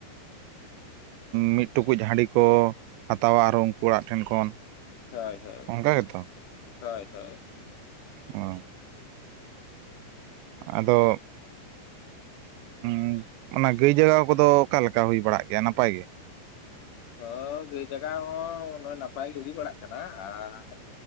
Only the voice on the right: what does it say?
ᱢᱤᱫ ᱴᱩᱠᱩᱡ ᱦᱟᱺᱰᱤ ᱠᱚ ᱦᱟᱛᱟᱣᱟ ᱟᱨ ᱩᱱᱠᱩ ᱚᱲᱟᱜ ᱴᱷᱮᱱ ᱠᱷᱚᱱ
ᱚᱱᱠᱟ ᱜᱮᱛᱚ
ᱚ ᱟᱫᱚ <inaudible> ᱚᱱᱟ ᱜᱟᱹᱭ ᱡᱟᱜᱟᱣ ᱠᱚᱫᱚ ᱚᱠᱟᱞᱮᱠᱟ ᱦᱩᱭ ᱵᱟᱲᱟᱜ ᱜᱮᱭᱟ ᱱᱟᱯᱟᱭ ᱜᱮ?